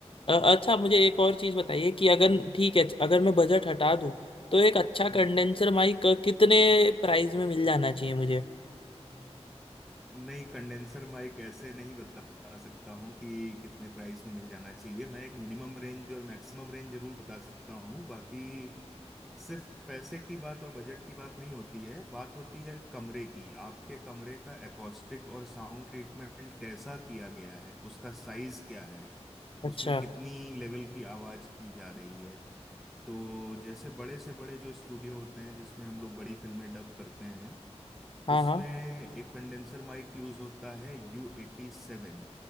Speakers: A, on the left; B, in the centre.
A: अ, अच्छा मुझे एक और चीज बताइए कि अगर ठीक है अगर मैं बजट हटा दूं तो एक अच्छा कंडेंसर
B: हम्म
A: माइक कितने प्राइस में मिल जाना चाहिए मुझे
B: नहीं कंडेंसर माइक ऐसे नहीं बता सकता हूँ कि कितने प्राइस में मिल जाना चाहिए मैं एक मिनिमम रेंज और मैक्सिमम रेंज जरूर बता सकता हूँ बाकी सिर्फ पैसे की बात और बजट की बात नहीं होती है बात होती है कमरे की आपके कमरे का एकॉस्टिक और साउंड ट्रीटमेंट कैसा किया गया है उसका साइज क्या है
A: अच्छा
B: उसमें कितनी लेवल की आवाज की जा रही है तो जैसे बड़े से बड़े जो स्टूडियो होते हैं जिसमें हम लोग बड़ी फिल्में डब करते हैं
A: हाँ
B: उसमें
A: हाँ
B: एक कंडेंसर माइक यूज होता है यू एटी सेवन